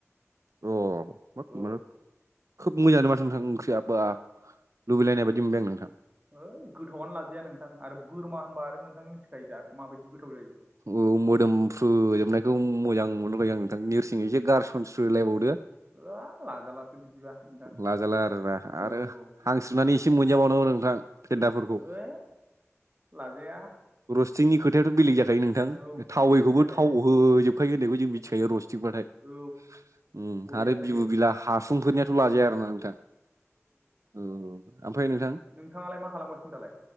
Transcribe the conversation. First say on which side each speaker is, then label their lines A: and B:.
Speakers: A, on the right (about 80°); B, on the right (about 30°).
A: अ' <unintelligible>
B: औ
A: खोब मोजांङानो माथो नोंथां ओंख्रिया बा लुबैलायनाय बायदि मोनबाय आं नोंथां।
B: है गोथावनो लाजाया नोंथां आरो बोरमा होनबा आरो नोंथां मिथिखायो दा माबायदि गोथाव जायो।
A: औ मोदोमफ्रुजोबनायखौ मोजां मोनबाय आंङो। नोरसिं एसे गारसनस्रोलायबावदो
B: बा लाजा लाासो बिदिबा नोंथां
A: लाजाला आरोना
B: औ
A: आरो
B: औ
A: हांस्रोनानै एसे मोनजाबावनांगौ नोंथां फेन्दाफोरखौ
B: ओइ लाजाया
A: रस्टिंनि खोथायाथ' बेलेग जाखायो नोंथां
B: औ
A: थावैखौबो
B: बेलेग जाखायो
A: थाव <unintelligible>
B: औ बरिया
A: आरो
B: जायो
A: बिबु बिला हा फुंफोरनियाथ' लाजाया आरो ना नोंथां। औ ओमफ्राय नोंथां
B: नोंथाङालाय मा खालामगासिनो दालाय